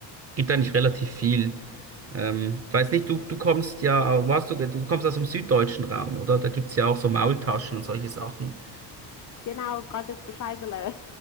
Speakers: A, on the right (about 35°); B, on the left (about 45°).
A: gibt eigentlich relativ viel. Ähm, weiß nicht, du, du kommst ja, warst du, du kommst aus dem süddeutschen Raum, oder? Da gibt's ja auch so Maultaschen und solche Sachen.
B: Genau, Gottes Bescheißele.